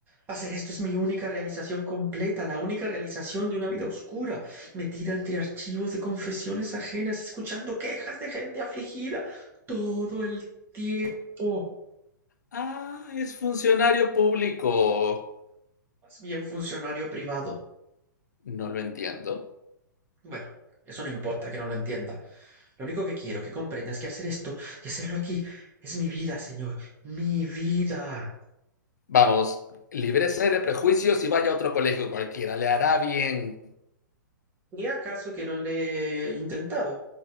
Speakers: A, on the right (about 20°); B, on the left (about 60°).
A: Hacer esto es mi única realización completa, la única realización de una vida oscura, metida entre archivos de confesiones ajenas, escuchando quejas de gente afligida todo el tiempo.
B: Ah, es funcionario público.
A: Más bien funcionario privado.
B: No lo entiendo.
A: Bueno, eso no importa que no lo entienda. Lo único que quiero que comprendas es que hacer esto y hacerlo aquí es mi vida, señor. Mi vida.
B: Vamos, líbrese de prejuicios y vaya a otro colegio cualquiera. Le hará bien.
A: ¿Y acaso que no le he intentado?